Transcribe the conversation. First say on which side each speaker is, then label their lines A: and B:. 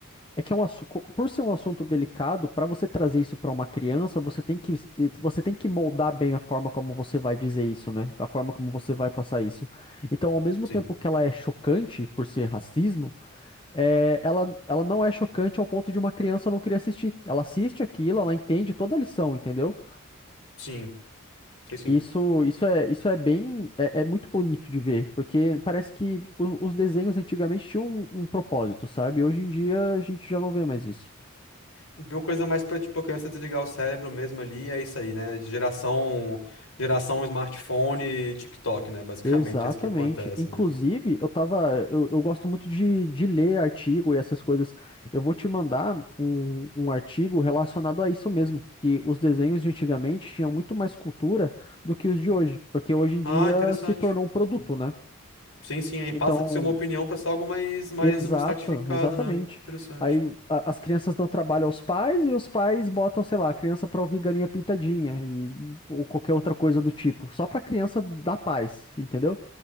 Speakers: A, on the left; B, on the left.
A: É que é um assunto, por ser um assunto delicado, para você trazer isso para uma criança, você tem que, você tem que moldar bem a forma como você vai dizer isso, né? A forma como você vai passar isso. Então, ao mesmo
B: Sim,
A: tempo que ela é chocante por ser racismo, é, ela, ela não é chocante ao ponto de uma criança não querer assistir. Ela assiste aquilo, ela entende toda a lição, entendeu?
B: sim, sei sim.
A: Isso, isso é, isso é bem, é, é muito bonito de ver, porque parece que o- os desenhos antigamente tinham um, um propósito, sabe? Hoje em dia a gente já não vê mais isso.
B: uma coisa mais pra, tipo, a criança desligar o cérebro mesmo ali, é isso aí, né? Geração, geração smartphone e TikTok, né? <laughs> Basicamente,
A: Exatamente.
B: é isso que acontece,
A: Inclusive,
B: né?
A: eu tava, eu, eu gosto muito de, de ler artigo e essas coisas. Eu vou te mandar um, um artigo relacionado a isso mesmo, que os desenhos de antigamente tinham muito mais cultura do que os de hoje, porque hoje em dia
B: Ah, interessante.
A: se tornou um produto,
B: Uhum.
A: né?
B: Sim, sim, aí
A: Então,
B: passa de ser uma opinião pra ser algo mais, mais
A: exato,
B: um estratificado,
A: exatamente.
B: né? Interessante.
A: Aí a- as crianças dão trabalho aos pais e os pais botam, sei lá, a criança pra ouvir galinha pintadinha e ou qualquer outra coisa do tipo, só pra criança dar paz, entendeu?